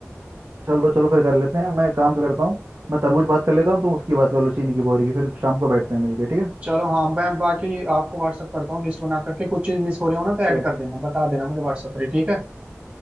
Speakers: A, on the right (about 60°); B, on the right (about 30°).
A: चलो चलो फिर कर लेते हैं मैं काम करता हूँ मैं तरबूज बात कर लेता हूँ तो उसकी बात कर लो चीनी की बोरी की फिर शाम को बैठते हैं मिलके ठीक है
B: चलो हाँ मैं बाकी आपको व्हाट्सएप करता हूँ लिस्ट बना करके कुछ चीज मिस हो रही हो ना तो ऐड
A: चलो
B: कर देना बता देना मुझे व्हाट्सएप पर ही, ठीक है